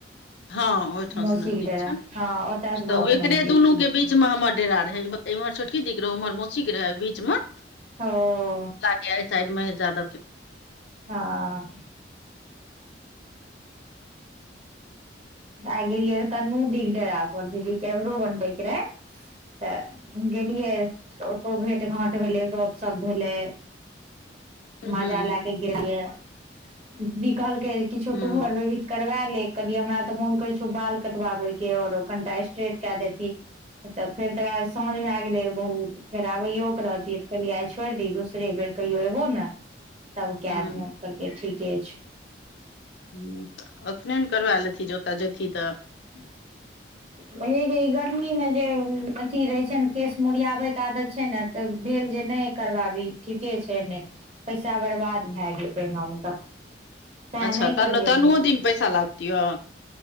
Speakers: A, on the left (about 75°); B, on the right (about 35°).
A: हँ ओहिठाम
B: मौसी
A: सँ नजदीक
B: के डेरा
A: छै
B: हँ ओतय से
A: तऽ
B: बहुत
A: ओकरे
B: नजदीक
A: दुनू
B: छै
A: के बीच मे हमर डेरा रहै एम्हर छोटकी दी के रहै ओम्हर मौसी के रहै अइ बीच मे
B: ओ
A: लागे एहि साइड महेश यादव के
B: हँ। आइ गेलियै तनू दी के डेरा पर दीदी के आइब्रो बनबै के रहै तऽ गेलियै तऽ ओतौ भेँट घाँट भेलै गपशप भेलै माजा
A: हूँ
B: लए के गेलियै दीदी कहलकै किछो
A: हूँ
B: तुहू और बेबी करबै ले कहलियै हमरा तऽ मोन करै छौ बाल कटबाबेके औरो कनिटा स्ट्रेट कए दैतही तऽ फेर त आइ साँझ भए गेलै रहै बहुत फेर आबैयो के रहतियै तऽ कहलियै आइ छोड़ि दीही दोसरे बेर कहियो एबौ ने तब कै
A: हूँ
B: दिहें, कहलकै ठीके छय।
A: हूं त अखने ने करवै लेतहि ज ओत जेतहि तऽ
B: <unintelligible> हे गे इ गर्मी मे जे अथी रहै छय ने केश मोरियाबयके आदत छैय ने तऽ भेल जे नहि करबाबी ठीके छय ने पैसा बर्बाद भए जेतै एना मे त तैं
A: अच्छा
B: नहि
A: तनु
B: करबेलियै
A: तनुओ दीमे पैसा लागतिह